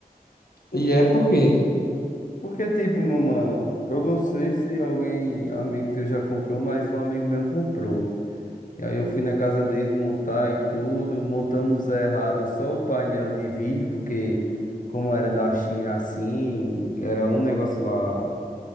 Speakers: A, on the left; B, on the left.
A: E é por quê?
B: Porque, tipo, meu mano, eu não sei se alguém, amigo teu já comprou, mas um amigo meu comprou. E aí eu fui na casa dele montar e tudo. Montamos errado só o painel de vídeo, porque como era da China assim, era um negócio lá